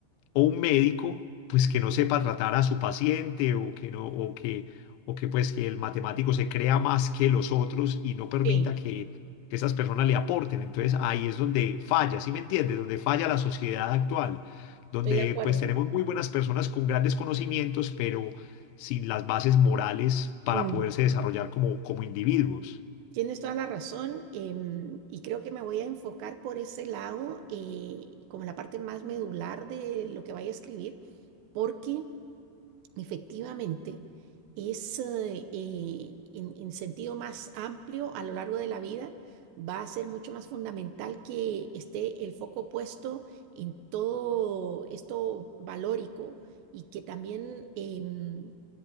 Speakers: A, on the left; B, on the right.
A: o un médico, pues que no sepa tratar a su paciente o que no, o que, o que pues que el matemático se crea más que los otros y no permita
B: sí,
A: que, que esas personas le aporten. Entonces ahí es donde falla, ¿sí me entiendes? Donde falla la sociedad actual, donde
B: estoy de acuerdo.
A: pues tenemos muy buenas personas con grandes conocimientos, pero sin las bases morales para
B: Mm.
A: poderse desarrollar como, como individuos,
B: Tienes toda la razón, em, y creo que me voy a enfocar por ese lado, eh, como la parte más medular de lo que vaya a escribir, porque Efectivamente, es eh, eh, en, en sentido más amplio a lo largo de la vida, va a ser mucho más fundamental que esté el foco puesto en todo esto valórico y que también em,